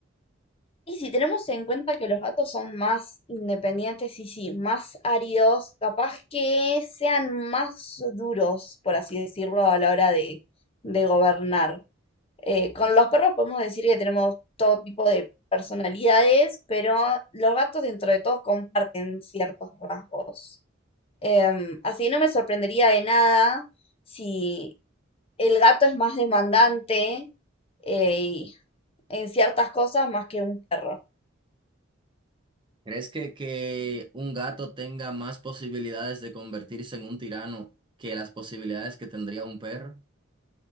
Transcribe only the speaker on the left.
Y si tenemos en cuenta que los gatos son más independientes y sí, más áridos, capaz que sean más duros, por así decirlo, a la hora de, de gobernar. Eh, con los perros podemos decir que tenemos todo tipo de personalidades, pero los gatos dentro de todo comparten ciertos rasgos. Em, así que no me sorprendería de nada si el gato es más demandante eh, y en ciertas cosas más que un perro.